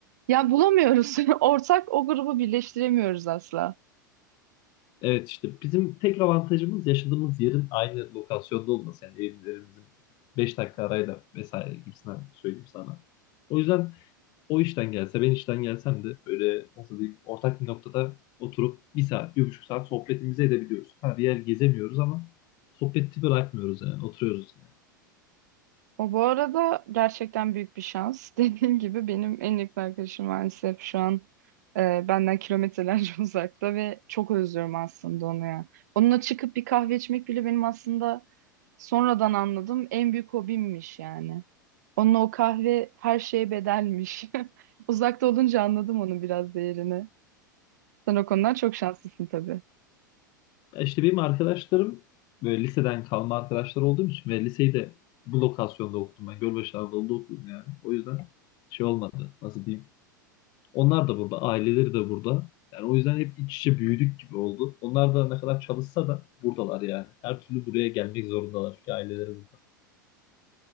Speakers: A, on the right; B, on the left.
A: Ya bulamıyoruz. <laughs> Ortak o grubu birleştiremiyoruz asla.
B: Evet işte bizim tek avantajımız yaşadığımız yerin aynı lokasyonda olması. Yani evlerimizin 5 dakika arayla vesaire gibisinden söyleyeyim sana. O yüzden O işten gelse ben işten gelsem de böyle nasıl diyeyim ortak bir noktada oturup bir saat bir buçuk saat sohbetimizi edebiliyoruz. Ha bir yer gezemiyoruz ama sohbeti bırakmıyoruz yani oturuyoruz yine.
A: O bu arada gerçekten büyük bir şans. <laughs> Dediğim gibi benim en yakın arkadaşım maalesef şu an e, benden kilometrelerce <laughs> uzakta ve çok özlüyorum aslında onu ya. Onunla çıkıp bir kahve içmek bile benim aslında sonradan anladım en büyük hobimmiş yani. Onunla o kahve her şeye bedelmiş. <laughs> Uzakta olunca anladım onun biraz değerini. Sen o konudan çok şanslısın tabii.
B: Ya işte benim arkadaşlarım böyle liseden kalma arkadaşlar olduğum için ve liseyi de bu lokasyonda okudum ben. Gölbaşı Anadolu'da okudum yani. O yüzden şey olmadı nasıl diyeyim. Onlar da burada aileleri de burada. Yani o yüzden hep iç içe büyüdük gibi oldu. Onlar da ne kadar çalışsa da buradalar yani. Her türlü buraya gelmek zorundalar çünkü aileleri burada.